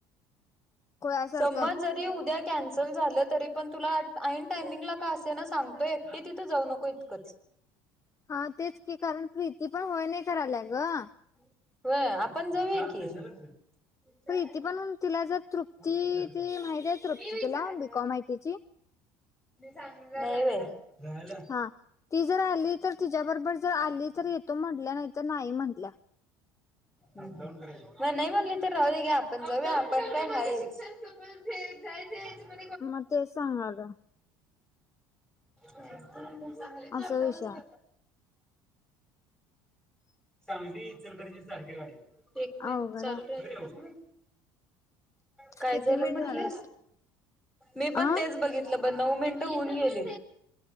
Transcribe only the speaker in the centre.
संम जरी उद्या कन चल झालं तरी पण तुला ईन टायमिंगला काय असे ना सांगतो एकक्टी तिथं जाऊ नको इ च
हो आपण जाऊया की विचार
कोण विचार
मी विचारलं
का मगला
म नाही म्हणले तर राह दे ग आपण जाऊया आपण पण आहे कॉजम
ह चांगलेच अडा
वासत
सांगली चलकरंजी सारखे वा एक मिनिट
चालू
राल हो नाही <inaudible> काय
झालं
म्हंटलीस
मी पण
तेच बघितलं नऊ मिनटं होऊन गेले